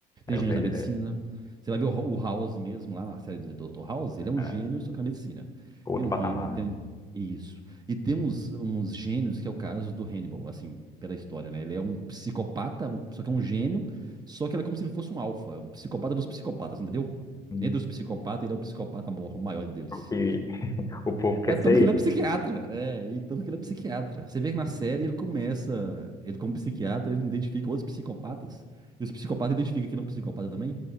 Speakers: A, on the left (about 20°); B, on the right (about 25°).
A: É,
B: Tem gênios
A: o dele
B: na medicina.
A: é,
B: Você vai ver o, Ho- o House mesmo, lá na série do Dr. House, ele é um
A: é
B: gênio, só que na medicina.
A: outro
B: Tem um
A: patamar,
B: Hen- tem
A: né?
B: isso. E tem uns, uns gênios, que é o caso do Hannibal, assim, pela história, né? Ele é um psicopata, um- só que é um gênio, só que ele é como se ele fosse um alfa, é um psicopata dos psicopatas, entendeu?
A: Hum.
B: Entre os psicopatas, ele é o psicopata mor- o maior deles.
A: E o povo quer
B: É tanto
A: ser
B: que
A: ele.
B: ele é psiquiatra. É, e tanto que ele é psiquiatra. Você vê que na série ele começa, ele como psiquiatra, ele identifica outros psicopatas. E os psicopatas identificam que ele é um psicopata também.